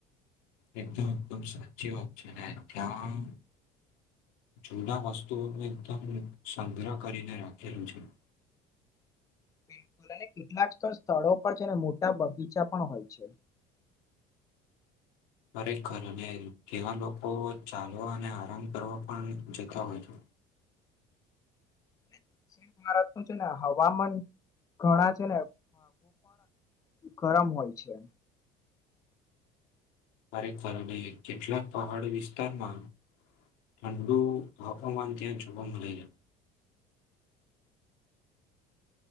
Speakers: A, on the left (about 80°); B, on the left (about 20°).
A: એકદમ એકદમ સાચી ઓપ્શન હ જમ. જૂના વસ્તુઓનું એકદમ સંગ્રહ કરીને રાખેલું છે.
B: <inaudible> બિલકુલ અને કેટલાક સ્થળો પર છે અને મોટા બગીચા પણ હોય છે. <inaudible>
A: ખરેખર અને ત્યાં લોકો ચાલવા અને આરામ કરવા પણ જતા હોય છે.
B: <inaudible> અને દક્ષિણ ભારતનું છે ને હવામાન ઘણા છે ને ગરમ હોય છે.
A: ખરેક ફરણે કેટલાક પહાડી વિસ્તારમાં ઠંડુ તાપમાન ત્યાં જોવા મળે છે.